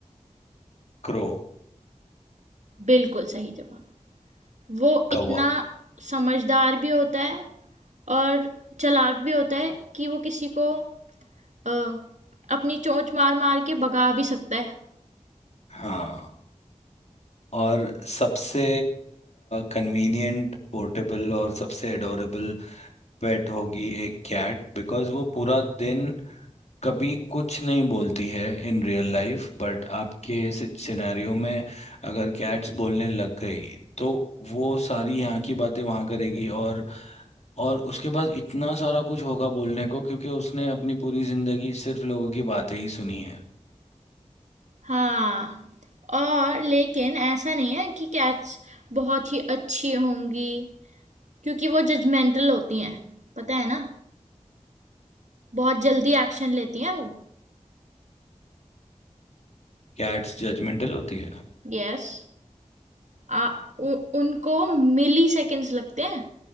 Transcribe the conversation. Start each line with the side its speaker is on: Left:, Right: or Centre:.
Left: क्रो
Right: बिल्कुल सही जवाब वो इतना
Left: कौवा
Right: समझदार भी होता है और चालाक भी होता है कि वो किसी को अ, अपनी चोंच मार मार के भगा भी सकता है
Left: हाँ और सबसे कन्वीनियंट पोर्टेबल और सबसे एडोरेबल पेट होगी एक कैट बिकॉज वो पूरा दिन कभी कुछ नहीं बोलती है इन रियल लाइफ बट आपके सिनेरियो में अगर कैट्स बोलने लग गई तो वो सारी यहाँ की बातें वहाँ करेगी और और उसके पास इतना सारा कुछ होगा बोलने को क्योंकि उसने अपनी पूरी जिंदगी सिर्फ लोगों की बातें ही सुनी है
Right: हाँ और लेकिन ऐसा नहीं है कि कैट्स बहुत ही अच्छी होंगी क्योंकि वो जजमेंटल होती हैं पता है ना बहुत जल्दी एक्शन लेती हैं वो
Left: कैट्स जजमेंटल होती है
Right: यस आ उ, उनको मिली सेकेंड्स लगते हैं